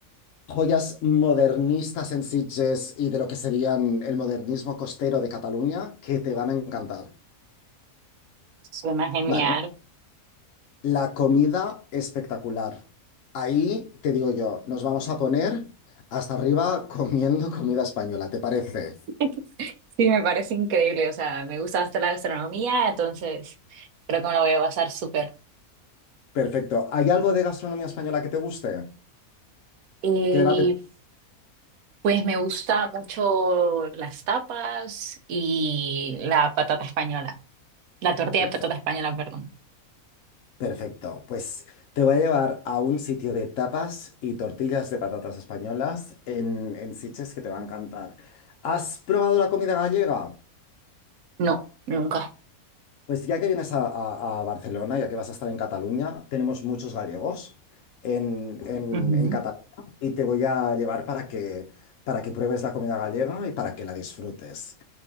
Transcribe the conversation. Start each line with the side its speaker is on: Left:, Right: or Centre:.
Left: joyas modernistas en Sitges y de lo que serían el modernismo costero de Cataluña que te van a encantar.
Right: Suena genial.
Left: Vale. La comida espectacular. Ahí te digo yo, nos vamos a poner hasta arriba comiendo <laughs> comida española, ¿te parece? <laughs>
Right: <laughs> Sí, me parece increíble. O sea, me gusta hasta la gastronomía, entonces creo que me lo voy a basar súper.
Left: Perfecto. ¿Hay algo de gastronomía española que te guste?
Right: Y
Left: ¿Qué debate?
Right: pues me gusta mucho las tapas y la patata española. La tortilla
Left: Perfecto.
Right: de patata española, perdón.
Left: Perfecto, pues te voy a llevar a un sitio de tapas y tortillas de patatas españolas en, en Sitges que te va a encantar. ¿Has probado la comida gallega?
Right: No, nunca.
Left: Pues ya que vienes a, a- a Barcelona, ya que vas a estar en Cataluña, tenemos muchos gallegos en, en-
Right: Ujú.
Left: en Cataluña y te voy a llevar para que, para que pruebes la comida gallega y para que la disfrutes.